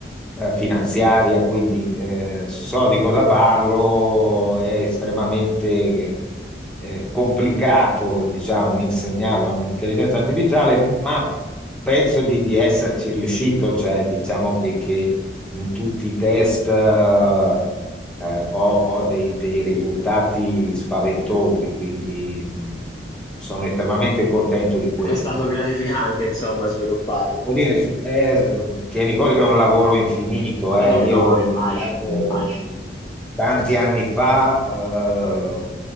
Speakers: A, in the centre; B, on the left (about 20°).
A: eh, finanziaria, quindi eh, so di cosa parlo, è estremamente eh, complicato, diciamo, insegnarlo all'intelligenza artificiale, ma penso di, di esserci riuscito, cioè diciamo che, che in tutti i test eh, eh, ho, ho dei, dei risultati spaventosi, quindi mh, sono estremamente contento di quello.
B: È stato gratificante, insomma, svilupparlo.
A: Vuol dire, sì, eh, tieni conto che è un lavoro infinito,
B: Eh
A: eh. Io
B: no,
A: ho
B: mi
A: iniziato
B: immagino, mi immagino.
A: tanti anni fa, eh,